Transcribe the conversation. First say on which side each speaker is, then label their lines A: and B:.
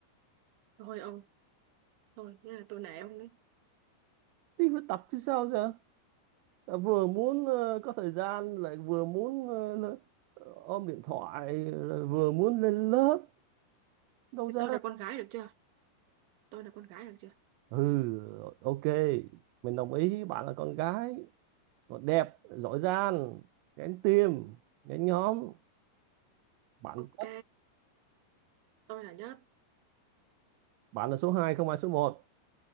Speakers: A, on the right; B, on the right.
A: thôi ông thôi thế là tôi nể ông đấy
B: thì phải tập chứ sao giờ vừa muốn ờ, có thời gian lại vừa muốn ờ, ôm điện thoại lại vừa muốn lên lớp đâu
A: thì
B: ra
A: tôi là con gái được chưa tôi là con gái được chưa
B: ừ ok mình đồng ý bạn là con gái còn đẹp giỏi giang gánh tim gánh nhóm bạn
A: ok
B: tất
A: tôi là nhất
B: bạn là số hai không ai số một,